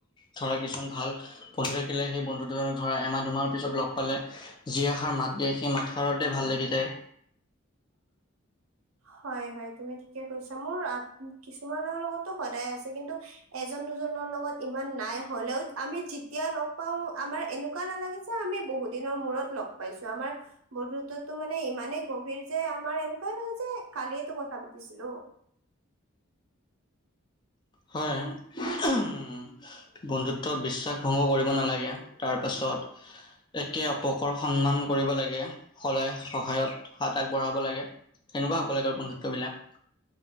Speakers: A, on the left (about 20°); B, on the right (about 85°).
A: ধৰা কিছুমান ভাল <unintelligible> থাকিলে, সেই বন্ধু দুজনক ধৰা, এমাহ দুমাহৰ পিছত লগ পালে, যি এষাৰ মাত দিয়ে সেই মাতষাৰত ভাল লাগি যায়।
B: হয় হয়, তুমি ঠিকে কৈছা, মোৰ আ কিছুমানৰ লগতটো সদায় আছে, কিন্তু এজন দুজনৰ লগত ইমান নাই হ'লেও, আমি যেতিয়া লগ পাওঁ। আমাৰ এনেকুৱা নালাগে যে আমি বহুত দিনৰ মূৰত লগ পাইছো, আমাৰ বন্ধুত্বতো মানে ইমানেই গভীৰ যে, আমাৰ এনেকুৱাই লাগে যে কালিয়েতো কথা পাতিছিলোঁ।
A: হয়। <unintelligible> বন্ধুত্বত বিশ্বাস ভংগ কৰিব নালাগে। তাৰপাছত একে অপকৰ সন্মান কৰিব লাগে। সদায় সহায়ত হাত আগবঢ়াব লাগে। এনেকুৱা হ'ব লাগে বন্ধুত্ব বিলাক।